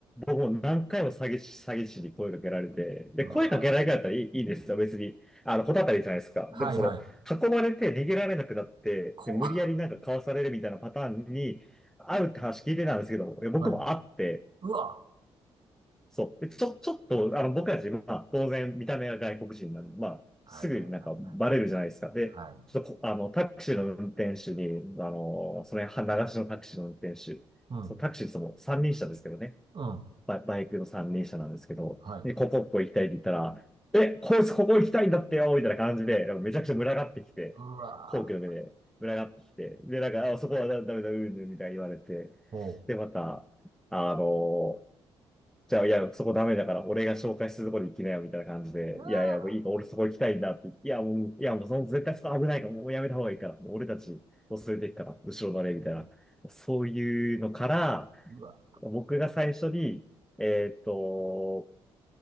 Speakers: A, in the centre; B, on the right.
A: 僕も何回も詐欺師、詐欺師に声かけられて、で、
B: うわ。
A: 声かけられなかったらいい、いいんですよ、別に。あの、こたたりじゃないですか。
B: はいはい。
A: でもその、囲まれて逃げられなくなって、
B: こわ。
A: で、無理やりなんかかわされるみたいなパターンに、あうって話聞いてたんですけど、いや僕も会って、
B: はい。うわ。
A: そう。で、ちょ、ちょっと、あの、僕たち、まあ、当然、見た目が外国人なんで、まあ、
B: はいはいはいはい。
A: すぐになんかバレるじゃないですか。で、
B: はい。
A: ちょっとこ、あの、タクシーの運転手に、あの、それ、は流しのタクシーの運転手、
B: うん。
A: そう、タクシーそのも三輪車ですけどね。
B: うん。
A: バ、バイクの三輪車なんですけど、
B: はい。
A: で、ここ、ここ行きたいって言ったら、え、こいつここ行きたいんだってよみたいな感じで、めちゃくちゃ群がってきて、
B: うわ
A: 皇居の目で群がってきて、で、なんか、あ、そこはダメだ、うんぬんみたいに言われて、
B: ほ
A: で、また、あのじゃあ、いや、そこダメだから、俺が紹介するとこに行きなよ、みたいな感じで、
B: う。うわ
A: いやいや、もういいか、俺そこ行きたいんだって言って、いや、もう、いや、もうその絶対そこ危ないから、もうやめた方がいいから、もう俺たちを連れて行くから、後ろバレ、みたいな。そういうのから、
B: うわ。
A: 僕が最初に、えっと、